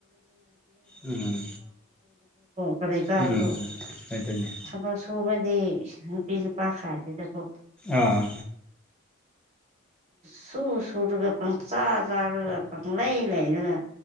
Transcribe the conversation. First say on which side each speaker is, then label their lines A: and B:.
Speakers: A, in the centre; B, on the right.
A: ꯎꯝ
B: ꯀꯔꯤ ꯀꯥꯏꯕꯣ
A: ꯎꯝ ꯑꯗꯨꯅꯦ
B: ꯊꯕꯛ ꯁꯨꯕꯗꯤ ꯅꯨꯄꯤ ꯅꯨꯄꯥ ꯈꯥꯏꯗꯦꯗꯀꯣ
A: ꯑꯥ
B: ꯁꯨ ꯁꯨꯔꯒ ꯄꯪ ꯆꯥ ꯆꯥꯔꯒ ꯄꯪ ꯂꯩ ꯂꯩꯔꯒ